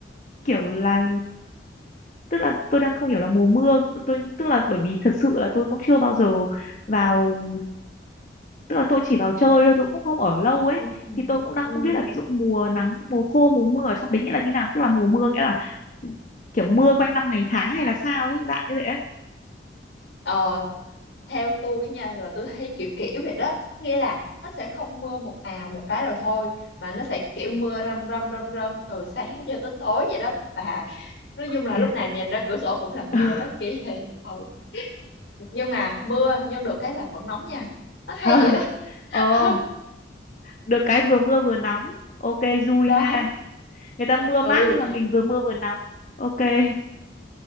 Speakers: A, on the left; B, on the left.
A: kiểu là tức là tôi đang không hiểu là mùa mưa tôi tức là bởi vì thật sự là tôi cũng chưa bao giờ vào tức là tôi chỉ vào chơi thôi tôi cũng không ở lâu ấy
B: ừ.
A: thì tôi cũng đang
B: Ừ.
A: không biết là ví dụ mùa nắng mùa khô mùa mưa ở trong đấy nghĩa là như nào tức là mùa mưa nghĩa là kiểu mưa quanh năm ngày tháng hay là sao ấy dạng như vậy ấy
B: Ờ, theo tôi nha là tôi thấy kiểu kiểu vậy đó nghĩa là nó sẽ không mưa một ào một cái rồi thôi mà nó sẽ kiểu mưa râm râm râm râm từ sáng cho tới tối vậy đó bà nói chung là
A: thiệt
B: lúc nào nhìn ra cửa sổ cũng là mưa
A: <laughs>
B: đó kiểu vậy ừ. nhưng mà mưa nhưng được cái là vẫn nóng nha nó hay
A: ờ
B: vậy đó
A: ờ
B: <laughs>
A: được cái vừa mưa vừa nóng ok vui
B: đó
A: ha người ta mưa
B: ừ
A: mát nhưng mà mình vừa mưa vừa nóng ok <laughs>